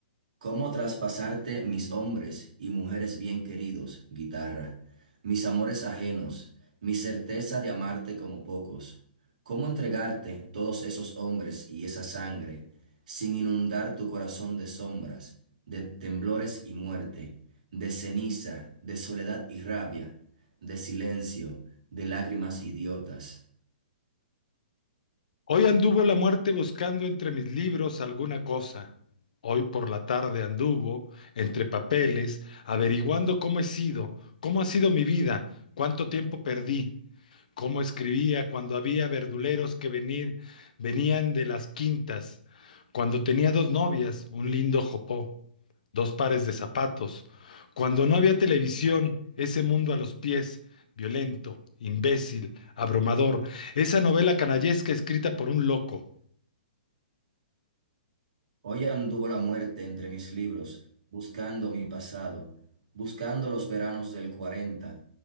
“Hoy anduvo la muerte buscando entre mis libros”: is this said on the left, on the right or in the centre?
Left